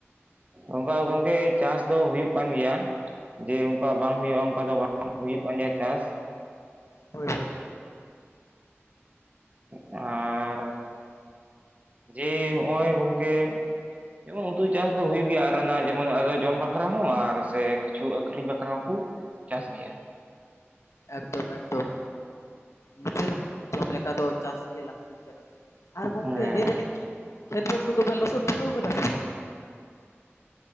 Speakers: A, on the right (about 30°); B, on the left (about 85°).
A: ᱚᱱᱠᱟ ᱜᱚᱢᱠᱮ ᱪᱟᱥ ᱫᱚ ᱦᱩᱭᱩᱜ ᱠᱟᱱ ᱜᱮᱭᱟ᱾ ᱡᱮ ᱚᱱᱠᱟ ᱵᱟᱝ ᱦᱩᱭᱩᱜᱼᱟ ᱚᱱᱠᱟ ᱫᱚ ᱵᱟᱝ ᱦᱩᱭᱩᱜ ᱠᱟᱱ ᱜᱮᱭᱟ ᱪᱟᱥ᱾
B: ᱦᱳᱭ ᱦᱳᱭ
A: ᱟᱨ
B: ᱚᱱᱟ ᱫᱚ ᱞᱟᱹᱠᱛᱤᱜ ᱠᱟᱱ ᱜᱮᱭᱟ
A: ᱡᱮ ᱱᱚᱜᱼᱚᱭ ᱜᱚᱢᱠᱮ ᱡᱮᱢᱟᱱ ᱩᱛᱩ ᱪᱟᱥᱼᱼ ᱦᱩᱭᱫᱚ ᱦᱩᱭᱩᱜ ᱜᱮᱭᱟ ᱟᱨ ᱚᱱᱟ ᱡᱮᱢᱚᱱ ᱟᱫᱚ ᱡᱚᱢ ᱵᱟᱠᱷᱨᱟ ᱦᱚᱸ ᱟᱨ ᱥᱮ ᱠᱤᱪᱷᱩ ᱟᱹᱠᱷᱨᱤᱧ ᱵᱟᱠᱷᱨᱟ ᱦᱚᱸ, ᱪᱟᱥ ᱜᱮᱭᱟ
B: ᱮᱠᱫᱚᱢ-ᱮᱠᱫᱚᱢ ᱱᱤᱡᱮᱨ ᱡᱚᱢ ᱞᱮᱠᱟ ᱫᱚ ᱪᱟᱥ ᱜᱮ ᱞᱟᱹᱠᱛᱤᱜ ᱠᱟᱱᱟ᱾ ᱟᱨ ᱜᱚᱢᱠᱮ
A: ᱦᱮᱸ
B: ᱞᱟᱹᱭ ᱫᱟᱞᱤᱧ ᱠᱷᱮᱛ, ᱠᱷᱮᱛ ᱵᱟᱹᱫᱽ ᱠᱚᱫᱚ ᱵᱮᱱ ᱞᱚᱥᱚᱫ ᱯᱩᱨᱟᱹᱣ ᱠᱟᱫᱟ ᱥᱮ ᱵᱟᱝ?